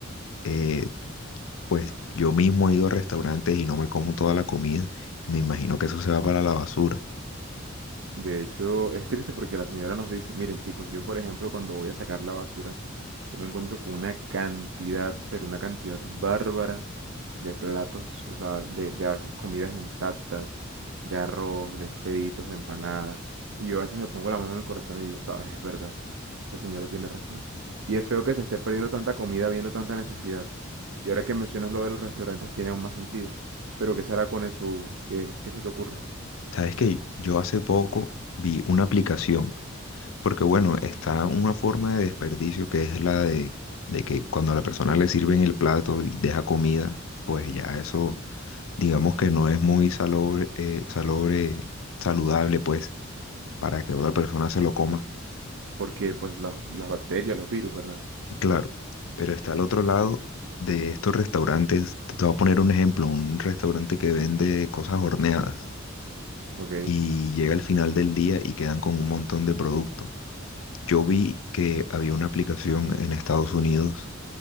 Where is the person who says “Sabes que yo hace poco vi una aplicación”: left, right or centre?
Left